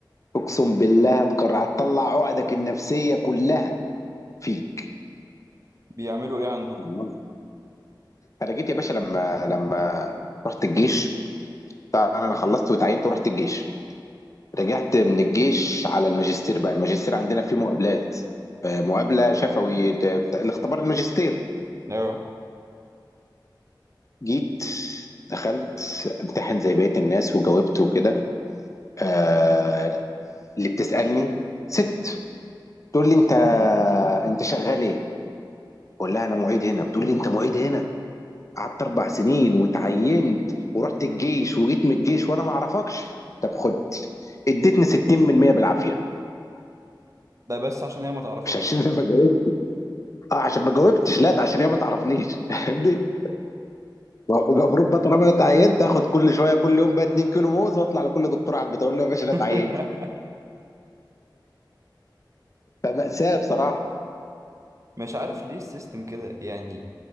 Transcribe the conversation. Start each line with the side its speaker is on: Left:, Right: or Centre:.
Left: اقسم بالله هتكره هتطلع عقدك النفسيه كلها فيك
Right: بيعملوا إيه عندكم؟
Left: والله انا جيت يا باشا لما لما رحت الجيش طبعا انا خلصت واتعينت ورحت الجيش رجعت من الجيش على الماجستير بقى الماجستير عندنا فيه مقابلات آه، مقابله شفوي ت- بتاع- الاختبار الماجستير
Right: اه
Left: جيت دخلت امتحن زي بقيه الناس وجاوبت وكده آه، اللي بتسالني ست تقول لي انت انت شغال ايه؟ بقول لها انا معيد هنا بتقول لي انت معيد هنا قعدت اربع سنين وتعينت ورحت الجيش وجيت من الجيش وانا ما اعرفكش طب خد اديتني 60% بالعافيه
Right: ده بس عشان هي ما تعرفك
Left: مش عشان انا ما جاوبت اه عشان ما جاوبتش لا ده عشان هي ما تعرفنيش <laughs> فاهمني؟ المفروض بقى طالما انا اتعينت اخد كل شويه كل يوم بقى 2 كيلو موز واطلع لكل دكتور على البيت اقول له يا باشا
Right: <laughs>
Left: انا اتعينت فمأساة بصراحه
Right: مش عارف ليه السيستم كده يعني